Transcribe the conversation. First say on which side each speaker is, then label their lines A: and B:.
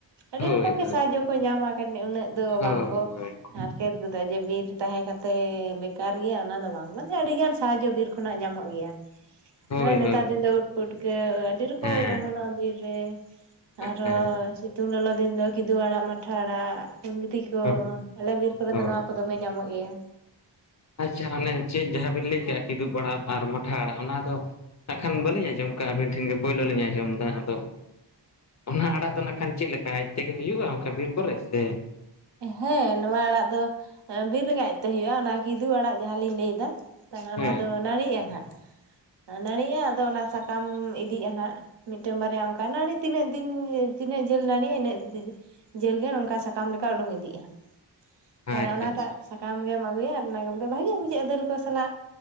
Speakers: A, on the right; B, on the left.
A: ᱟᱹᱰᱤ
B: ᱦᱳᱭ
A: ᱨᱚᱠᱚᱢ
B: ᱦᱳᱭ
A: ᱜᱮ ᱥᱟᱦᱟᱡᱚ ᱠᱚᱭ ᱧᱟᱢᱟ <unintelligible> ᱩᱱᱟᱹᱜ ᱫᱚ
B: ᱦᱳᱭ
A: ᱵᱟᱝᱠᱚ
B: ᱦᱳᱭ
A: ᱦᱟᱨᱠᱮᱛ ᱜᱚᱫᱚᱜᱼᱟ, ᱡᱮ ᱵᱤᱨ ᱛᱟᱦᱮᱸ ᱠᱟᱛᱮ ᱵᱮᱠᱟᱨ ᱜᱮᱭᱟ ᱚᱱᱟ ᱫᱚ ᱵᱟᱝ᱾ ᱢᱟᱱᱮ ᱟᱹᱰᱤ ᱜᱟᱱ ᱥᱟᱦᱟᱡᱚ ᱵᱤᱨ ᱠᱷᱚᱱᱟᱜ ᱧᱟᱢᱚᱜ ᱜᱮᱭᱟ᱾
B: ᱦᱳᱭ
A: ᱱᱚᱜᱼᱚᱭ ᱱᱮᱛᱟᱨ
B: ᱦᱳᱭ
A: ᱫᱤᱱ ᱫᱚ ᱩᱫ ᱯᱩᱴᱠᱟᱹ ᱟᱹᱰᱤ ᱨᱚᱠᱚᱢ
B: ᱦᱮᱸ
A: ᱩᱫ ᱚᱢᱚᱱᱟᱜᱼᱟ ᱵᱤᱨ ᱨᱮ, ᱟᱨᱚ
B: ᱦᱮᱸ
A: ᱥᱤᱛᱩᱝ ᱞᱚᱞᱚ ᱫᱤᱱ ᱫᱚ ᱠᱤᱫᱩ ᱟᱲᱟᱜ ᱢᱟᱴᱷᱟ ᱟᱲᱟᱜ ᱠᱩᱱᱫᱨᱤ ᱠᱚ
B: ᱦᱳᱭ
A: ᱟᱞᱮ ᱵᱤᱨ ᱠᱚᱨᱮ
B: ᱦᱳᱭ
A: ᱫᱚ ᱱᱚᱣᱟ ᱠᱚ ᱫᱚᱢᱮ ᱧᱟᱢᱚᱜ ᱜᱮᱭᱟ᱾
B: ᱟᱪᱪᱷᱟ ᱚᱱᱮ ᱪᱮᱫ ᱡᱟᱦᱟᱸ ᱵᱤᱱ ᱞᱟᱹᱭ ᱠᱮᱫᱟ ᱠᱤᱫᱩᱵ ᱟᱲᱟᱜ ᱟᱨ ᱢᱟᱴᱷᱟ ᱟᱲᱟᱜ ᱚᱱᱟ ᱫᱚ ᱟᱠᱷᱟᱱ ᱵᱟᱹᱞᱤᱧ ᱟᱸᱡᱚᱢ ᱠᱟᱜᱼᱟ ᱟᱹᱵᱤᱱ ᱴᱷᱮᱱ ᱜᱮ ᱯᱳᱭᱞᱳ ᱞᱤᱧ ᱟᱡᱸᱚᱢ ᱫᱟ᱾ ᱟᱫᱚ ᱚᱱᱟ ᱟᱲᱟᱜ ᱫᱚ ᱱᱟᱠᱷᱟᱱ ᱪᱮᱫ ᱞᱮᱠᱟ ᱟᱡ ᱛᱮᱜᱮ ᱦᱩᱭᱩᱜᱼᱟ ᱚᱱᱠᱟ ᱵᱤᱨ ᱠᱚᱨᱮ ᱥᱮ
A: ᱦᱮᱸ ᱱᱚᱶᱟ ᱟᱲᱟᱜ ᱫᱚ ᱵᱤᱨ ᱨᱮᱜᱮ ᱟᱡᱛᱮ ᱦᱳᱭᱜᱼᱟ ᱚᱱᱟ ᱠᱤᱫᱩ ᱟᱲᱟᱜ ᱡᱟᱦᱟᱸᱞᱤᱧ ᱞᱟᱹᱭᱫᱟ᱾ ᱛᱟᱦᱚᱞᱮ
B: ᱦᱮᱸ
A: ᱚᱱᱟᱫᱚ ᱱᱟᱹᱲᱤᱜᱼᱟ ᱱᱟᱦᱟᱜ ᱱᱟᱹᱲᱤᱜᱼᱟ ᱟᱫᱚ ᱚᱱᱟ ᱥᱟᱠᱟᱢ ᱤᱫᱤᱜᱼᱟ ᱱᱟᱜ᱾ ᱢᱤᱫᱴᱟᱱ ᱵᱟᱨᱭᱟ ᱚᱱᱠᱟ ᱱᱟᱹᱲᱤ ᱛᱤᱱᱟᱹᱜ ᱫᱤᱱ ᱛᱤᱱᱟᱹᱜ ᱡᱷᱟᱹᱞ ᱱᱟᱹᱲᱤᱼᱟ ᱤᱱᱟᱹᱜ ᱫᱤᱱ ᱡᱷᱟᱹᱞ ᱜᱮ ᱚᱱᱠᱟ ᱥᱟᱠᱟᱢ ᱞᱮᱠᱟ ᱩᱰᱩᱝ ᱤᱫᱤᱜᱼᱟ, ᱛᱟᱦᱞᱮ
B: ᱟᱪᱪᱷᱟ
A: ᱚᱱᱟᱴᱟᱜ
B: ᱟᱪᱪᱷᱟ
A: ᱥᱟᱠᱟᱢ ᱜᱮᱢ ᱟᱹᱜᱩᱭᱟ ᱟᱨ ᱚᱱᱟᱜᱮ ᱵᱷᱟᱜᱤ ᱵᱩᱡᱷᱟᱹᱜᱼᱟ ᱫᱟᱹᱞ ᱠᱚ ᱥᱟᱞᱟᱜ